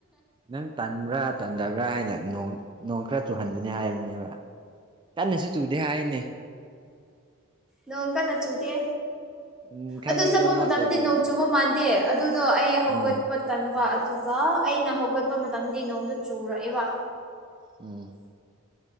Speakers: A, on the right (about 20°); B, in the centre.
A: ꯅꯪ ꯇꯟꯕ꯭ꯔꯥ ꯇꯟꯗꯕ꯭ꯔꯥ ꯍꯥꯏꯅ ꯅꯣꯡ ꯅꯣꯡ ꯈꯔ ꯆꯨꯍꯟꯕꯅꯦ ꯍꯥꯏꯕꯅꯦꯕ ꯀꯟꯅꯁꯨ ꯆꯨꯗꯦ ꯍꯥꯏꯔꯤꯅꯦ
B: ꯅꯣꯡꯀ ꯅꯆꯨꯗꯦ
A: ꯎꯝ ꯈꯪꯉꯦꯕ
B: ꯑꯗꯨ ꯆꯠꯄ
A: ꯃꯥ
B: ꯃꯇꯝꯗꯤ
A: ꯀꯣꯜ ꯇꯧꯔꯛꯑꯦ
B: ꯅꯣꯡ ꯆꯨꯕ ꯃꯥꯟꯗꯦ ꯑꯗꯨꯗꯣ ꯑꯩ ꯍꯧꯒꯠꯄ
A: ꯎꯝ
B: ꯇꯟꯕ ꯑꯗꯨꯒ ꯑꯩꯅ ꯍꯧꯒꯠꯄ ꯃꯇꯝꯗꯤ ꯅꯣꯡꯗ ꯆꯨꯔꯛꯑꯦꯕ
A: ꯎꯝ